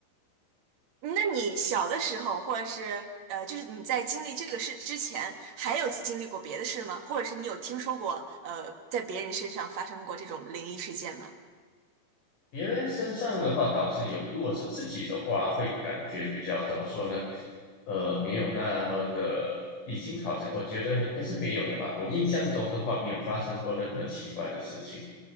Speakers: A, on the right (about 55°); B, on the left (about 45°).
A: 那你小的时候，或者是呃，就是你在经历这个事之前，还有经历过别的事吗？或者是你有听说过呃，在别人身上发生过这种灵异事件吗？
B: 别人身上的话倒是有，如果是自己的话，会感觉比较怎么说呢？呃，没有那么的，已经好像我觉得应该是没有的吧。我印象中的话，没有发生过任何奇怪的事情。